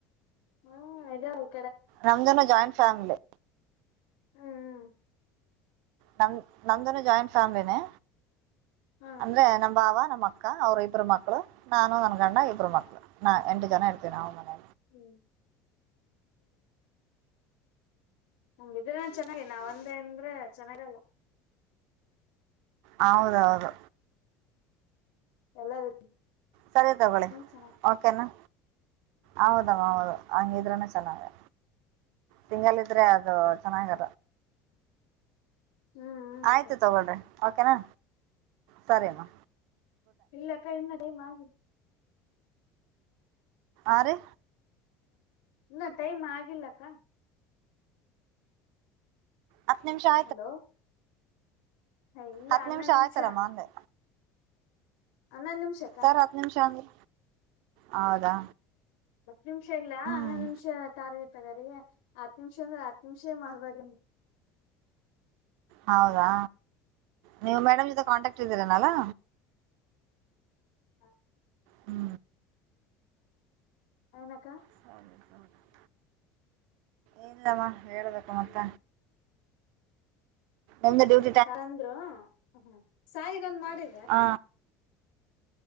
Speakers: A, on the left; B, on the right.
A: ಹಾ ಇದಾ ರಿ
B: ನಮ್ಮದನ್ ಜಾಯಿಂಟ್ ಫ್ಯಾಮಿಲಿ
A: ಹ್ಮ್
B: ನಮ ನಮ್ದನು ಜಾಯಿಂಟ್ ಫ್ಯಾಮ್ಲಿನೇ
A: ಹ್ಮ
B: ಅಂದ್ರೆ ನಮ್ಮ ಭಾವಾ ನಮ್ಮ್ ಅಕ್ಕಾ ಅಕ್ಕ ಅವ್ರ ಇಬ್ಬರು ಮಕ್ಕಳು ನಾನು ನನ್ ಗಂಡ ಇಬ್ಬರು ಮಕ್ಕಳು ನಾವು ಎಂಟ ಜನಾ ಇರತೀವ ನಾವು ಮನೆಯಾಗ
A: ಹುಂ ನಮ್ದ್ ಇದ ಚೆನ್ನಾಗಿ ನಾವ ಒಂದ ಅಂದ್ರೆ ಚೆನ್ನಾಗಲ್ಲಾ
B: ಹೌದೌದು
A: ಎಲ್ಲಾರ
B: ಸರಿ ತಗೊಳ್ಳಿ
A: ಚೆನ್ನಾಗಿ
B: ಓಕೆ ನಾ ಹೌದವ್ವ ಹೌದು ಹಂಗಿದ್ರ ಚೆನ್ನಗೆ ಸಿಂಗಲ್ ಇದ್ರೆ ಅದು ಚೆನ್ನಾಗಿರಿಲ್
A: ಹ್ಮ್ ಹ್ಮ್
B: ಆಯ್ತು
A: ಅಕ್ಕ
B: ತಗೊಳ್ರಿ ಓಕೆನಾ ಸರಿಮ್ಮಾ
A: ಇಲ್ಲ ಅಕ್ಕಾ ಇನ್ನ ರೇ <unintelligible>
B: ಆ ರಿ
A: ಇನ್ ಟೈಮ್ ಆಗಿಲ್ಲಕ್ಕಾ
B: ಹತ್ತ ನಿಮಿಷಾ
A: ಹಲೋ ಇಲ್ಲಾ
B: ಹತ್ತು
A: ಅನ್ನೋದು
B: ನಿಮಿಷ
A: ನಿಮಿಷಾ
B: ಆಯ್ತಲ್ಲಮ್ಮ ಅಂದೆ
A: ಹನ್ನೊಂದ್ ನಿಮಿಷಾ
B: ಸರ್ ಹತ್ತು ನಿಮಿಷ ಅಂದ್ರ ಹೌದಾ
A: ಹತ್ ನಿಮಿಷ ಇಲ್ಲ
B: ಹ್ಮ್
A: ಹನ್ನೊಂದು ನಿಮಿಷ ಟಾರ್ಗ ತಗಾರಿಗೆ ಹತ್ತು ನಿಮಿಷ ಅಂದ್ರೆ ಹತ್ ನಿಮಿಷೇ ಮಾಡ್ಬಾರ
B: ಹೌದಾ ನೀವು ಮೇಡಮ್ ಜೊತೆ ಕಾಂಟ್ಯಾಕ್ಟ್ ಇದ್ದೀರನಲಾ
A: ಹಾ
B: ಹಾ
A: ಎನ್ ಅಕ್ಕಾ
B: ಹ ಇಲ್ಲವಾ ಹೇಳ್ಬೇಕು ಮತ್ತ ಒಂದ <unintelligible>
A: ತಂದ್ರು ಹ ಸಾರಿ ಗಂದ್ ಮಾಡಿದೆ
B: ಹ